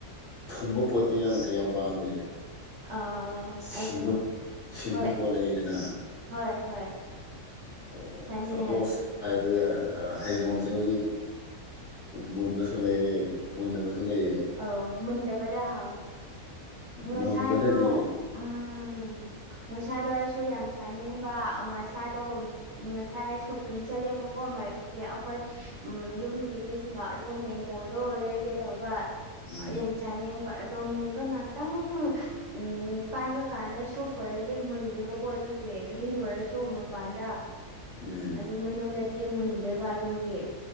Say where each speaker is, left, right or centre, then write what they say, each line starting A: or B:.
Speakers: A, on the left (about 50°); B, on the right (about 60°).
A: ꯊꯨꯝꯕ ꯄꯣꯠꯇꯤ ꯌꯥꯝ ꯀꯩ ꯌꯥꯝ ꯄꯥꯝꯗꯦ
B: ꯑꯣ
A: ꯁꯤꯟꯕ
B: ꯑꯩꯁꯨꯅꯦ
A: ꯁꯤꯟꯕ
B: ꯍꯣꯏ
A: ꯄꯣꯠ ꯂꯩꯗꯅ
B: ꯍꯣꯏ ꯍꯣꯏ
A: ꯑꯣ ꯑꯣ
B: ꯆꯥꯅꯤꯡꯉꯦ
A: ꯁꯄꯣꯁ ꯍꯥꯏꯕꯗ ꯑꯥ ꯍꯩꯅꯧꯁꯦ
B: ꯎꯝ
A: ꯍꯧꯖꯤꯛ ꯃꯨꯟꯕꯁꯨ ꯂꯩꯔꯦ ꯃꯨꯟꯗꯕꯁꯨ ꯂꯩꯔꯦ
B: ꯑꯣ ꯃꯨꯟꯗꯕꯅ ꯍꯥꯎꯋꯦ ꯉꯁꯥꯏꯗꯣ
A: ꯃꯨꯟꯕꯗꯒꯤ
B: ꯎꯝ ꯉꯁꯥꯏꯗꯣ ꯑꯩꯁꯨ ꯌꯥꯝ ꯆꯥꯅꯤꯡ ꯕꯥ ꯉꯁꯥꯏꯗꯣ ꯉꯁꯥꯏ ꯁꯣꯄꯤꯡ ꯆꯠꯂꯦꯕꯀꯣ ꯃꯥꯔꯀꯦꯠꯇꯤ ꯑꯩꯈꯣꯏ ꯎꯝ ꯌꯨꯝꯒꯤ ꯃꯤꯁꯤꯡꯒ ꯑꯗꯨ ꯃꯦꯡꯒꯣꯗꯣ ꯂꯩꯒꯦ ꯇꯧꯕ
A: ꯎꯝ
B: ꯌꯥꯝ ꯆꯥꯅꯤꯡꯕ ꯑꯗꯣ ꯃꯨꯟꯕ ꯉꯥꯛꯇꯪ ꯎꯝ ꯄꯥꯏꯕ ꯀꯥꯟꯗꯁꯨ <unintelligible> ꯃꯨꯜꯂꯦꯕꯀꯣ ꯑꯗꯨꯒꯤ ꯒ꯭ꯔꯤꯟ ꯑꯣꯏꯔꯁꯨ ꯃꯄꯥꯟꯗ
A: ꯎꯝ
B: ꯑꯗꯨ ꯃꯅꯨꯡꯗ ꯗꯤ ꯃꯨꯟꯗꯦꯕ ꯑꯗꯨꯒꯤ